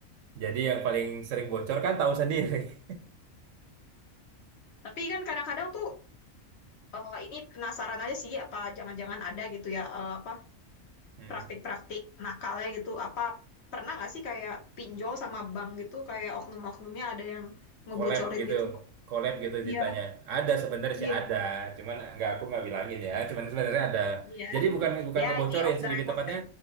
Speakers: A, on the right (about 70°); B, on the left (about 55°).
A: Jadi yang paling sering bocor kan tahu sendiri. <laughs>
B: Tapi kan kadang-kadang tuh eh, ini penasaran aja sih apa jangan-jangan ada gitu ya eh, apa
A: Hmm.
B: praktik-praktik nakalnya gitu? Apa pernah nggak sih kayak pinjol sama bank gitu kayak oknum-oknumnya ada yang ngebocorin
A: Collab gitu.
B: gitu?
A: Collab gitu
B: Iya,
A: ceritanya. Ada sebenarnya
B: iya,
A: sih ada, cuman nggak aku nggak bilangin ya. Cuman sebenarnya ada.
B: iya.
A: Jadi bukan bukan
B: Ya,
A: ngebocorin
B: ini off
A: sih
B: the
A: lebih
B: record.
A: tepatnya.
B: <laughs>